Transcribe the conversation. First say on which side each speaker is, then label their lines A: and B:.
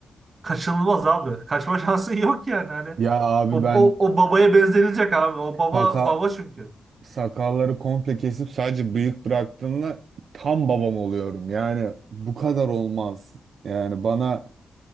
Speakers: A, on the right (about 35°); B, on the right (about 60°).
A: kaçınılmaz abi. Kaçma <laughs> şansın yok yani hani.
B: Ya abi
A: O,
B: ben
A: o, o babaya benzenilecek abi. O baba
B: sakal
A: baba çünkü.
B: sakalları komple kesip sadece bıyık bıraktığımda tam babam oluyorum. Yani bu kadar olmaz. Yani bana